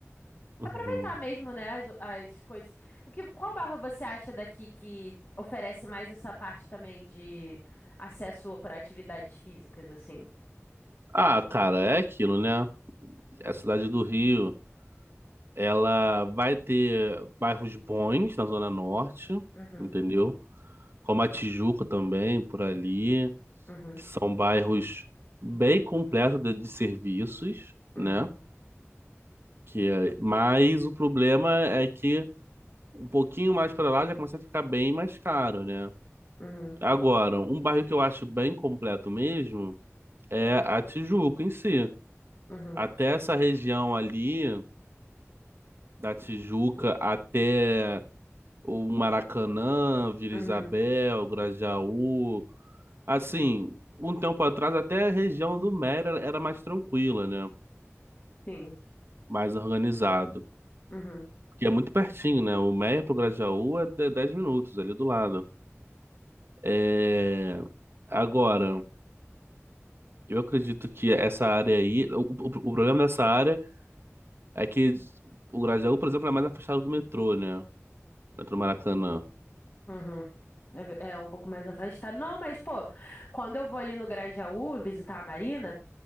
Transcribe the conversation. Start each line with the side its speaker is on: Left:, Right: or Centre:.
Right: Uhum.
Left: aproveitar mesmo, né, as, as coisas. O que, qual barra você acha daqui que oferece mais essa parte também de acesso para atividades físicas, assim?
Right: Ah, cara, é aquilo, né? A cidade do Rio, ela vai ter bairros bons na Zona Norte,
Left: Uhum,
Right: entendeu? Como a Tijuca também, por ali.
Left: uhum,
Right: que são bairros bem completos de, de serviços,
Left: uhum,
Right: né? Que é- mas o problema é que um pouquinho mais para lá já começa a ficar bem mais caro, né?
Left: uhum,
Right: Agora, um bairro que eu acho bem completo mesmo é a Tijuca em si.
Left: uhum,
Right: Até
Left: uhum,
Right: essa região ali da Tijuca até o Maracanã, Vila
Left: uhum.
Right: Isabel, Grajaú, assim, um tempo atrás até a região do Mera era mais tranquila, né?
Left: Sim.
Right: mais organizado.
Left: Uhum.
Right: Porque é muito pertinho, né? O Meia pro Grajaú é de- 10 minutos ali do lado. É... Agora, eu acredito que essa área aí. O, o, o problema dessa área é que o Grajaú, por exemplo, é mais afastado do metrô, né? Metrô Maracanã.
Left: Uhum. É, ve- é um pouco mais afastado. Não, mas, pô, quando eu vou ali no Grajaú visitar a Marina,